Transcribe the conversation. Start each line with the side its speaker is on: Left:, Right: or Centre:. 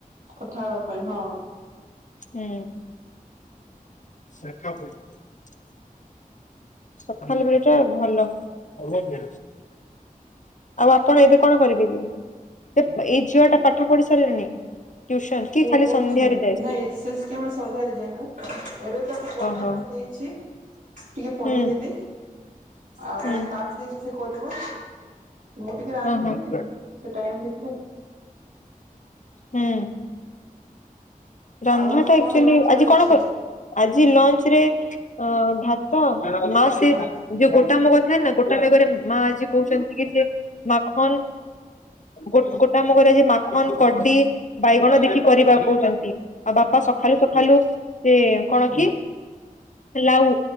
Right: କଥା ହେବା ପାଇଁ ହଁ।
Left: ହୁଁ। <unintelligible> ସକାଳ ବେଳେଟା ଆଉ। ଭଲ <unintelligible> ଆଉ ଆପଣ ଏବେ କଣ କରିବେ ଯେ ସେ ଏଇ ଝିଅ ଟା ପାଠ ପଢି ସାରିଲାଣି। ଟ୍ୟୁସନ କି
Right: ପ-ପଢୁଛି
Left: ଖାଲି ସନ୍ଧ୍ୟାରେ
Right: ନା
Left: ଯାଏ
Right: ନାଇଁ ସେ କେବେଳ ସନ୍ଧ୍ୟାରେ ଯାଇନି ଏବେ ତାକୁ ପଢେଇିବା
Left: ଓହୋ
Right: ପାଇଁ ଦେଇଛି। ଟିକେ ପଢେଇଦେଲି।
Left: ହୁଁ
Right: ଆଉ
Left: ହୁଁ
Right: <inaudible> ଦେଇଚି ସେ କରିବ। ମୁଁ ଟିକେ ରାନ୍ଧିଦେବି
Left: ଓହୋ
Right: ସେ ଟାଇମ୍ ଭି <unintelligible>
Left: ହୁଁ। ରନ୍ଧା
Right: ଆଉ ଆଜି
Left: ଟା
Right: କଣ
Left: ଆଚୁଆଲି
Right: ଲଞ୍ଚ ହବାର
Left: ଆଜି
Right: ଅଛି?
Left: କଣ କ ଆଜି ଲଞ୍ଚ ରେ ଭାତ ମା ସେ
Right: ହଁ ହଁ।
Left: ଯୋଉ ଗୋଟା ମୁଗ ଥାଏ ନା ଗୋଟା ମେଗରେ ମା ଆଜି କହୁଚନ୍ତି କି ସେ ମାଖନ୍ ଗୋ-ଗୋ କାମ କରାଯି ମାଖନ କଡି ବାଇଗଣ ଦେଖି କରିବାକୁ କହୁଚନ୍ତି। ଆଉ ବାପା ସଖାଳୁ ସଖାଳୁ ସେ କଣ କି ଲାଉ